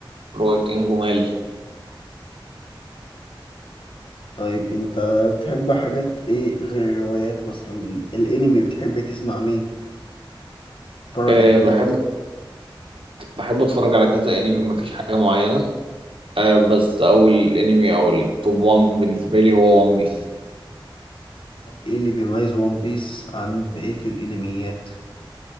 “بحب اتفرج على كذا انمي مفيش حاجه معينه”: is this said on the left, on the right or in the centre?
Right